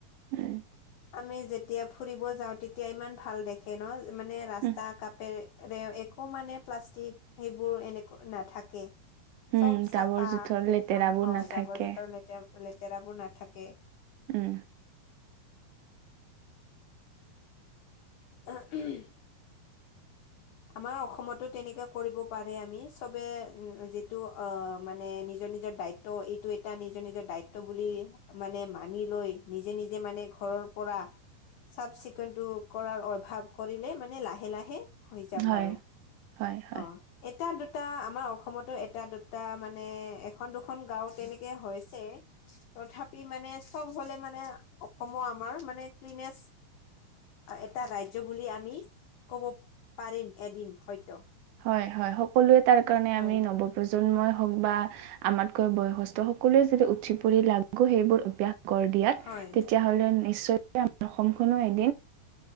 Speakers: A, on the right; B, on the left.
A: উম।
B: আমি যেতিয়া ফুৰি ব যাওঁ, তেতিয়া ইমান ভাল দেখে ন, মানে ৰাস্তা
A: উম
B: কাপেৰে এ, একো মানে প্লাষ্টিক সেইবোৰ এনেকু নাথাকে।
A: উম
B: চব চাফা
A: জাবৰ জোথৰ
B: একদম
A: লেতেৰাবোৰ
B: হয়,
A: নাথাকে
B: জাবৰ-জোতৰ লেতেৰা, লেতেৰাবোৰ নাথাকে।
A: উম।
B: <inaudible> আমাৰ অসমতো তেনেকা কৰিব পাৰে, আমি চবে যিটো অ', মানে নিজ নিজৰ-নিজৰ দায়িত্ব এইটো এটা নিজৰ-নিজৰ দায়িত্ব বুলি মানে মানি লৈ নিজে-নিজে মানে ঘৰৰ পৰা চাফ- চিকুণতটো কৰাৰ অভাৱ কৰিলে মানে লাহে-লাহে হৈ যাব
A: হয়
B: আৰু
A: হয় হয়।
B: অ', এটা দু এটা আমাৰ অসমতো এটা দুটা মানে এখন দুখন গাওঁ তেনেকে হৈছে। তথাপি মানে চব হ'লে মানে অসমৰ আমাৰ মানে ক্লিনেছ এটা ৰাজ্য বুলি আমি কব পাৰিম এদিন হয়তো
A: হয়-হয় সকলোৱে তাৰ কাৰণে
B: হয়
A: আমি নৱপ্ৰজন প্ৰজন্মই হওক বা আমাতকৈ বয়সস্থ সকলোৱে যেতিয়া উঠি পৰি লাগো সেইবোৰ অভ্যাস গঢ় দিয়াত
B: হয়
A: তেতিয়াহ'লে নিশ্চয়ক আম অসমখনো এ